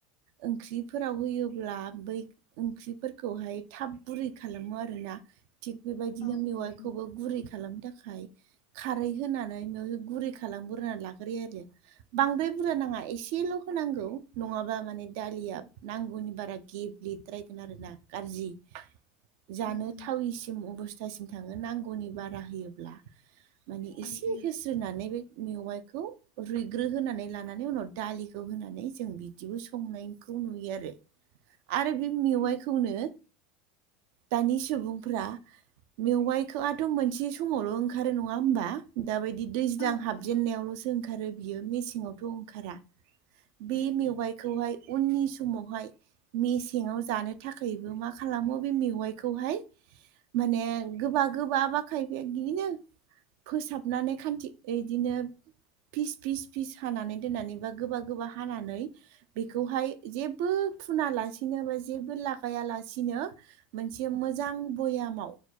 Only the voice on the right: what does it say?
ओंख्रि फोराव होयोब्ला बै ओंख्रिफोरखौहाय थाब गुरै खालामो आरोना थिग बेबायदिनो
मेवायखौबो
गुरै खालामनो थाखाय खारै होनानै मेवायखौ गुरै खालामग्रोनानै लाग्रोयो आरो बांद्राय बुरजा नाङा एसेल' होनांगौ नङाबा माने दालिया नांगौनि बारा गेबलेद्रायगोन आरो ना गाज्रि जानो
थावैसिम अबस्थ थासिम थाङो नांगौनि बारा होयोब्ला माने एसे
होस्रोनानै बे मेवाइखौ रुइग्रो होनानै लानानै उनाव दालिखौ होनानै जों बिदिबो संनायखौ खौ नुयो आरो आरो बे मेवाइखौनो
दानि सुबुंफ्रा मेवाइखौआथ' मोनसे समावल' ओंखारो नङा नङा होमबा दाबायदि दैज्लां
हाबजेननायावल'सो
ओंखारो बियो मेसेंआवथ' ओंखारा बे
मेवाइखौहाय
उननि समावहाय मेसेङाव जानो थाखायबो मा खालामो बे मेवाइखौहाय माने गोबा गोबा बा खायफाया इदिनो फोसाबनानै खान्थि इदिनो फिस फिस फिस हानानै दोननानै बा गोबा गोबा हानानै बेवहाय जेबो फुनालासिनो बा जेबो लागायालासिनो मोनसे मोजां भयामाव